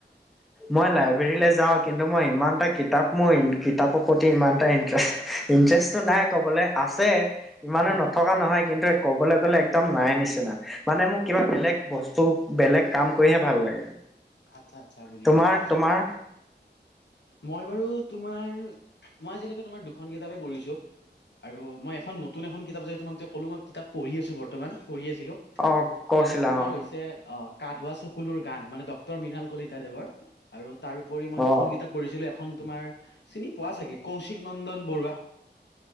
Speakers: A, in the centre; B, on the left.
A: মই লাইব্ৰেৰীলে যাওঁ, কিন্তু মই ইমান এটা কিতাপ মোৰ কিতাপৰ প্ৰতি ইমান- টা ইনট্ৰেষ্ট ইণ্টাৰেষ্টটো নাই কবলে আছে ইমানো
B: উম
A: নথকা নহয়, কিন্তু- ক'বলে গ'লে একদম নাই নিচিনা মানে মোক কিবা বেলেগ বস্তু বেলেগ কাম কৰিহে ভাল লাগে।
B: আৎচ্ছা আৎচ্ছা বুজিছো
A: তোমাৰ
B: বুজিছো।
A: তোমাৰ
B: মই বাৰু তোমাৰ মই আজিলৈকে তোমাৰ দুখন কিতাপে পঢ়িছো। আৰু মই এখন নতুন এখন কিতাপ যে তোমাক যে কলো মই কিতাপ পঢি আছোঁ বৰ্তমান পঢ়ি আছিলোঁ।
A: অ কৈছিলা
B: সেইখন তোমাৰ
A: অ
B: হৈছে অঁ'। গা-ধোৱা চকুলৰ গান মানে ডক্টৰ মৃনাল কলিতাদেৱৰ আৰু তাৰ উপৰি মই
A: অ
B: দুখন কিতাপ- পঢ়িছিলো এখন তোমাৰ চিনি পোৱা চাগে কৌশিক নন্দন বৰুৱা।